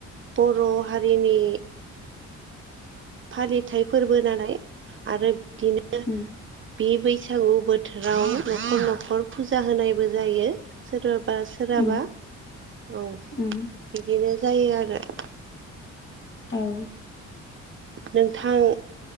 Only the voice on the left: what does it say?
उम
उम
उम
औ ।